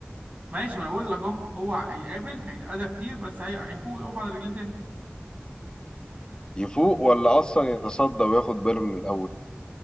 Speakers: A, on the right; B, on the left.
A: ماشي ما أنا بقول لك أهو هو هيقابل هيتأذى كتير بس هي- هيفوق يقف على رجليه تاني
B: يفوق ولا اصلا يتصدى وياخد باله من الاول